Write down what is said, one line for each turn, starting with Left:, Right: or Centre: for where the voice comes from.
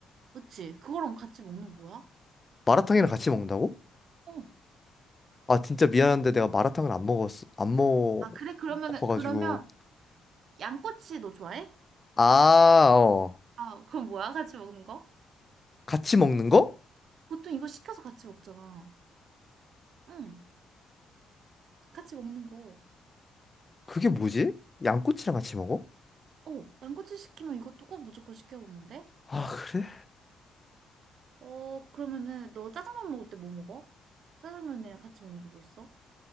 Right: 그치? 그거랑 같이 먹는 거야?
Left: 마라탕이랑 같이 먹는다고?
Right: 어.
Left: 아, 진짜 미안한데 내가 마라탕을 안 먹었어. 안 먹어가지고.
Right: 아, 그래? 그러면은, 그러면, 양꼬치 너 좋아해?
Left: 아, 어.
Right: 아, 그럼 뭐야? 같이 먹는 거?
Left: 같이 먹는 거?
Right: 보통 이거 시켜서 같이 먹잖아. 응, 같이 먹는 거.
Left: 그게 뭐지? 양꼬치랑 같이 먹어?
Right: 어, 양꼬치 시키면 이것도 꼭 무조건 시켜 먹는데?
Left: 아, 그래?
Right: 어, 그러면은 너 짜장면 먹을 때 뭐 먹어? 짜장면이랑 같이 먹는 거 뭐 있어?